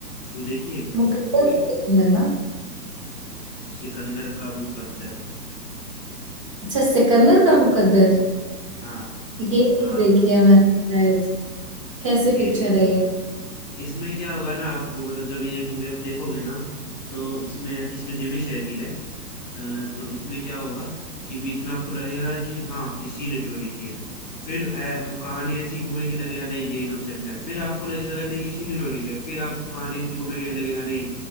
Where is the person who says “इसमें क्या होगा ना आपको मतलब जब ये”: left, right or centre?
Left